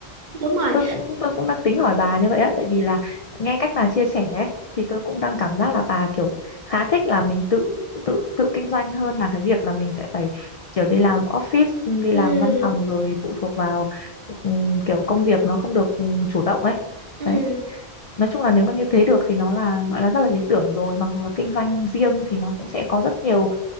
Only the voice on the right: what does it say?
đúng rồi
ừ
ừ